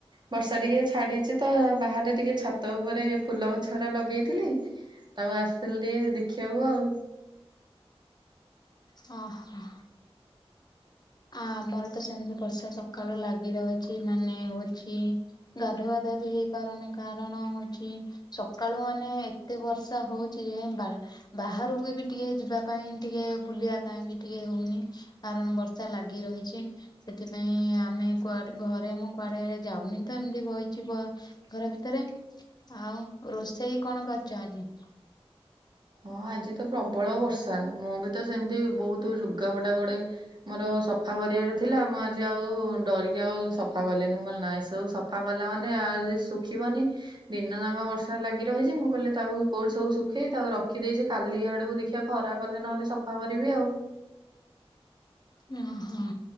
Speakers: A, on the right; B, on the left.
A: ବର୍ଷା ଟିକେ ଛାଡିଛି ତ ବାହାରେ ଟିକେ ଛାତ ଉପରେ ଫୁଲ ଗଛରାା ଲଗେଇଥିଲି ତାକୁ ଆସିଥିଲି ଟିକେ ଦେଖି ହବ ଆଉ
B: ହଁ ହଁ ଆ ଆମର ତ ସେମତି ବର୍ଷା ସକାଳୁ ଲାଗି ରହିଛି ମାନେ ହଉଛି ଗାଧୁଆ ଗାଧି ହେଇ ପାରୁନି କାରଣ ହଉଛି ସକାଳୁ ମାନେ ଏତେ ବର୍ଷା ହଉଚ ଯେ ବାହାରକୁ ବି ଟିକେ ଯିବା ପାଇଁ ଟିକେ ବୁଲିବା ପାଇଁ ବି ଟିକେ ହଉନି କାରଣ ବର୍ ଲାଗି ରହିଛି ସେଥିପାଇଁ ଆମେ କୁଆଡେ ଘରେ ମୁଁ କୁଆଡେ ଯାଉନି ତ ଏମିତି ବହିଛି ଘର ଭିତରେ ଆଉ ରୋଷେଇ କଣ କରିଛ ଆଜି
A: ହଁ ଆଜି ତ ପ୍ରବଳ ବର୍ଷା ମୁଁ ବି ତ ସେମତି ବହୁତୁ ଲୁଗାପଟା ଗୋଡେ ମୋର ସଫା କରିବାରେ ଥିଲା ମୁଁ ଆଜି ଆଉ ଡରିକି ଆଉ ସଫା କଲିନି ମୁଁ କହିଲି ନାଇଁ ସବୁ ସଫା କଲା ମାନେ ଆ ଯେ ରଖିବନି ଦିନ ଯାଙ୍କ ବର୍ଷା ଲାଗି ରହିଛି ମୁଁ କହିଲି ତାକୁ କୋଉଠି ସବୁ ଶୁଖେଇ ତାକୁ ରଖିଦେଇଚି ଦେଇଛି କାଲି ଆଡ଼କୁ ଦେଖିବା ଖରା କଲେ ନହେଲେ ସଫା କରିବି ଆଉ
B: ହଁ ହଁ